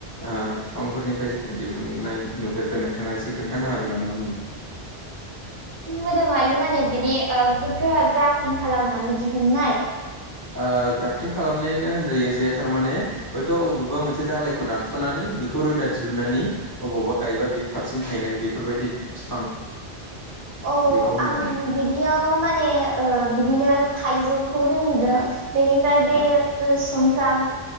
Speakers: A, on the left; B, on the right.
A: ओ बिफांफोरनिफ्राय जोङो दिहुनन्नाय नुफोरखो नोंथाङा एसे खोन्थानो हागोन नामा आंनो
B: मोदोमारि माने बिदि ओ ग्राफ्टिं खालामनानै दिहुननाय
A: ओ ग्राफ्टिं खालामनायानो होनजायो जे थारमाने हयथ अबेबा मोनसे दालायखौ दानसनानै बेखौ रोदा दिहुननानै अबावबा गायबा बियो थाबसिन थायनाय बेफोरबायदि बिफां
B: <inaudible> औ
A: बेखौ होनदों
B: आं
A: नोंथां
B: बिदियाव माने ओ बिदिनो थाइजौखौनो नुदों बेनिफ्राय बेयो
A: औ
B: सुमफ्राम